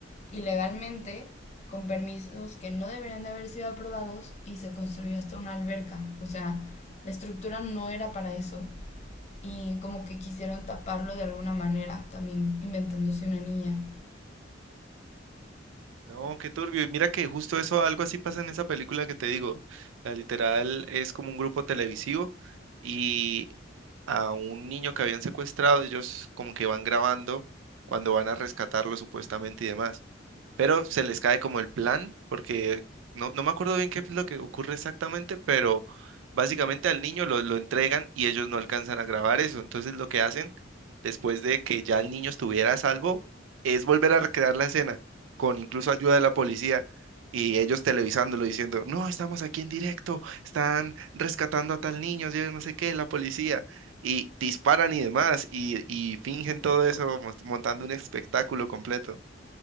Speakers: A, on the left (about 35°); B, on the right (about 80°).
A: ilegalmente con permisos que no deberían de haber sido aprobados y se construyó hasta una alberca. O sea, la estructura no era para eso y como que quisieron taparlo de alguna manera, también inventándose una niña.
B: No, qué turbio. Y mira que justo eso, algo así pasa en esa película que te digo. La literal es como un grupo televisivo y a un niño que habían secuestrado, ellos como que van grabando cuando van a rescatarlo supuestamente y demás. pero se les cae como el plan, porque no, no me acuerdo bien qué es lo que ocurre exactamente, pero básicamente al niño lo, lo entregan y ellos no alcanzan a grabar eso. Entonces lo que hacen después de que ya el niño estuviera a salvo es volver a recrear la escena, con incluso ayuda de la policía. Y ellos televisándolo diciendo, no, estamos aquí en directo, están rescatando a tal niño, yo no sé qué, la policía. Y disparan y demás, y, y fingen todo eso mos- montando un espectáculo completo.